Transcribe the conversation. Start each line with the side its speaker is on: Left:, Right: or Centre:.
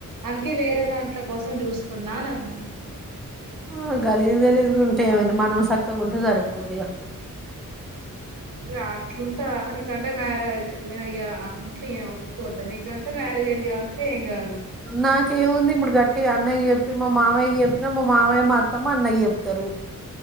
Right: అందుకే వేరే దాంట్ల కోసం చూస్తున్నా అని అన్నా
Centre: ఆ గలీజ్ గలీజ్గుంటే ఏముంది మనం చక్కగుంటే సరిపోద్దిగ
Right: ఇక అట్లుంటదా నీకంటే మ్యారేజ్ ఇక ఇంట్లో ఏం ఒప్పుకోవద్దా నీకంటే మ్యారేజ్ అయింది కాబట్టి ఏంకాదు
Centre: నా ఇంకేముంది ఇప్పుడు గట్టిగ అన్నయ్య చెప్పి మా మామయ్య చెప్పినా మా మామయ్య మా అత్తమ అన్నయ్య కు చెప్తరు